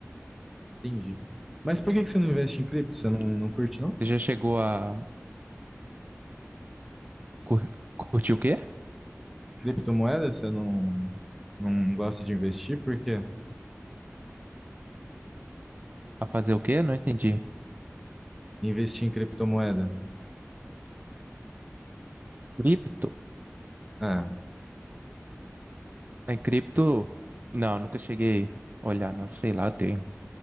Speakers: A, in the centre; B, on the right (about 35°).
A: Entendi. Mas por que que você não investe em cripto?
B: Sim.
A: Você não, não curte, não?
B: Você já chegou a cur- curtir o quê?
A: Criptomoeda? Você não, não gosta de investir? Por quê?
B: A fazer o quê? Não entendi.
A: Investir em criptomoeda?
B: Cripto?
A: Ah,
B: Em cripto, não, nunca cheguei a olhar, não, sei lá, eu tenho,